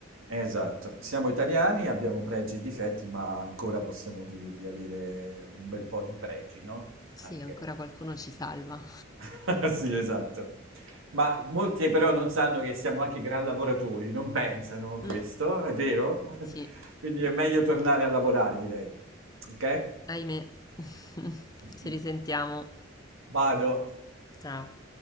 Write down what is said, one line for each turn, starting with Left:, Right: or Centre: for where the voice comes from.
Right: esatto, siamo italiani, abbiamo pregi e difetti, ma ancora possiamo dire di avere un bel po' di pregi, no?
Left: Sì,
Right: Anche.
Left: ancora qualcuno ci salva.
Right: <laughs> Sì, esatto. Ma molti però non sanno che siamo anche gran lavoratori, non pensano a questo,
Left: Mm,
Right: è vero?
Left: sì,
Right: <laughs> Quindi è meglio tornare a lavorare, direi. Ok?
Left: ahimè. <laughs>
Right: <laughs>
Left: Ci risentiamo.
Right: Vado.
Left: Ciao.